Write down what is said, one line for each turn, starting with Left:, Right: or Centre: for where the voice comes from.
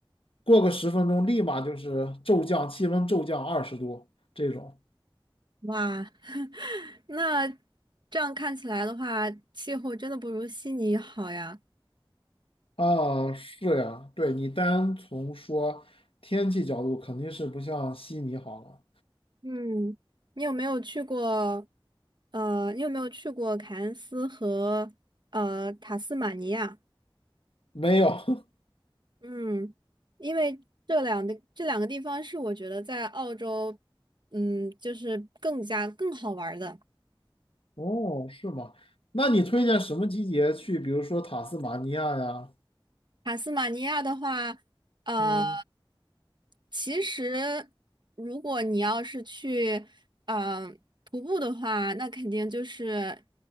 Left: 过个十分钟，立马就是骤降，气温骤降二十度这种。
Right: 哇，<laughs> 那这样看起来的话，气候真的不如悉尼好呀。
Left: 啊，是呀，对你单从说天气角度，肯定是不像悉尼好了。
Right: 嗯，你有没有去过？呃，你有没有去过凯恩斯和呃塔斯马尼亚？
Left: 没有，
Right: 嗯，因为这两个这两个地方是我觉得在澳洲，嗯，就是更加更好玩儿的。
Left: <laughs> 哦，是吗？那你推荐什么季节去？比如说塔斯马尼亚呀？
Right: 塔斯马尼亚的话，呃，
Left: 嗯。
Right: 其实如果你要是去，呃，徒步的话，那肯定就是